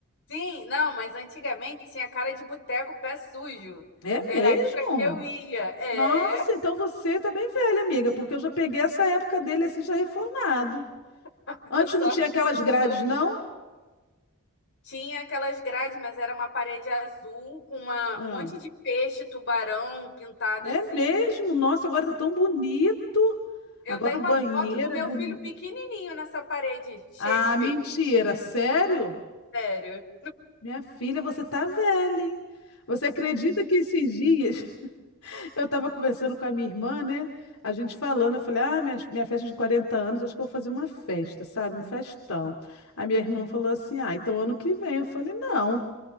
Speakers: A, on the left (about 60°); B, on the left (about 80°).
A: Sim, não, mas antigamente tinha cara de boteco pé sujo.
B: É
A: Era
B: mesmo?
A: a época que eu ia. É,
B: Nossa, então você tá bem velha, amiga, porque eu já peguei essa época dele assim, já reformado.
A: <laughs>
B: Antes
A: só
B: não tinha
A: que
B: aquelas
A: boa.
B: grades, não?
A: Tinha aquelas grades, mas era uma parede azul com uma,
B: Ah,
A: um monte de peixe, tubarão pintado
B: é
A: assim.
B: mesmo? Nossa, agora tá tão bonito.
A: Eu
B: Agora
A: tenho
B: o banheiro
A: uma foto do meu
B: é bonito.
A: filho pequenininho nessa parede, cheia
B: Ah,
A: de peixe.
B: mentira, sério?
A: Sério.
B: Minha filha, você tá velha, hein? Você acredita que esses dias <laughs> eu tava conversando com a minha irmã, né? A gente falando, eu falei, ah, minha, minha festa de 40 anos, acho que eu vou fazer uma festa, sabe? Um festão. A minha irmã falou assim, ah, então ano que vem. Eu falei, não.